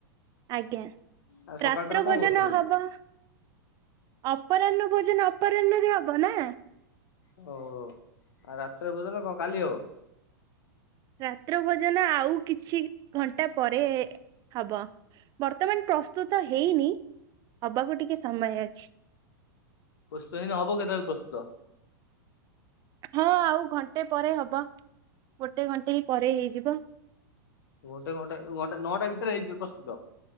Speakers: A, on the right (about 35°); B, on the left (about 75°).
A: ଆଜ୍ଞା
B: ଆଉ ସକାଳଟାରେ
A: ରାତ୍ର
B: କଣ
A: ଭୋଜନ
B: କରୁଥିଲୁ
A: ହବ।
B: କି
A: ଅପରାହ୍ନ ଭୋଜନ ଅପରାହ୍ନରେ ହବ ନା?
B: ଓହୋ ଆଉ ରାତ୍ର ଭୋଜନ କଣ କାଲି ହବ?
A: ରାତ୍ର ଭୋଜନ ଆଉ କିଛି ଘଣ୍ଟା ପରେ ହବ। ବର୍ତ୍ତମାନ ପ୍ରସ୍ତୁତ ହେଇନି ହବାକୁ ଟିକେ ସମୟ ଅଛି।
B: ପ୍ରସ୍ତୁତ ହେଇନି ହବ କେତବେଳେ ପ୍ରସ୍ତୁତ?
A: ହଁ ଆଉ ଘଣ୍ଟେ ପରେ ହବ ଗୋଟେ ଘଣ୍ଟେ ହିଁ ପରେ ହେଇଯିବ।
B: ଗୋଟେ ଘଣ୍ଟେ ଗୋଟେ ନଅଟା ଭିତରେ ହେଇଯିବ ପ୍ରସ୍ତୁତ।